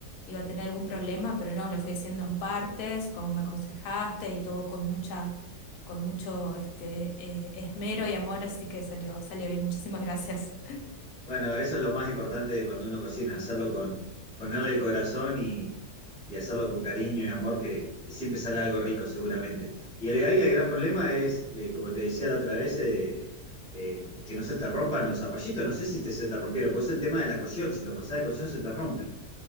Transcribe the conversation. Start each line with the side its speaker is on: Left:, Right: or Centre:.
Left: iba a tener algún problema, pero no, le fui haciendo en partes, como me aconsejaste y todo con mucha con mucho este, eh, esmero y amor, así que salió, salió bien. Muchísimas gracias.
Centre: Bueno, eso es lo más importante de cuando uno cocina, hacerlo con, ponerle el corazón y, y hacerlo con cariño y amor, que siempre sale algo rico seguramente. Y el, ahí el gran problema es, que, como te decía la otra vez, eh, eh, que no se te rompan los zapallitos, no sé si te- se te rompieron, pues es el tema de la cocción, si lo pasás de cocción se te rompen.